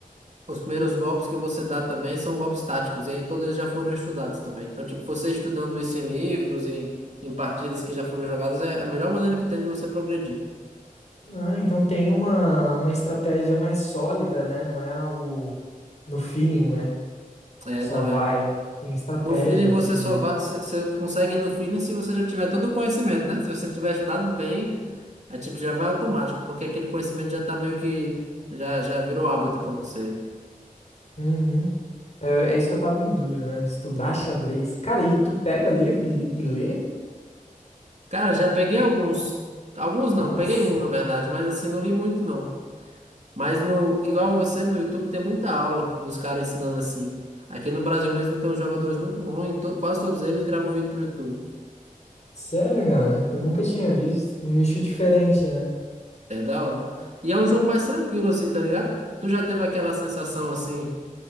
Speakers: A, on the right; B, on the left.
A: os primeiros golpes que você dá também são golpes táticos, e aí todos eles já foram estudados também. Então, tipo, você estudando isso em livros, em, em partidas que já foram jogadas, é é a melhor maneira que tem de você progredir.
B: Ah, então tem uma, uma estratégia mais sólida, né? Não é algo no feeling, né?
A: É,
B: Só
A: não
B: vai.
A: é.
B: Tem estratégia,
A: No feeling você
B: não sabia.
A: só vai, você você consegue no feeling se você já tiver todo o conhecimento, né? Se você tiver estudado bem, é tipo já vai automático, porque aquele conhecimento já tá meio que já já virou hábito pra você.
B: Uhum. É, é isso que eu tava em dúvida, né? Estudar xadrez. Cara, e tu pega livro e, e lê?
A: Cara, já peguei alguns, alguns não,
B: Nossa,
A: peguei um na verdade,
B: cara.
A: mas assim não li muito não. Mas no igual você no YouTube tem muita aula dos caras ensinando assim. Aqui no Brasil mesmo tem uns jogadores muito bons e to- quase todos eles gravam vídeo pro YouTube.
B: Sério, cara? Eu nunca tinha visto. Um nicho diferente, né?
A: É da hora. E é um jogo mais tranquilo assim, tá ligado? Tu já teve aquela sensação assim?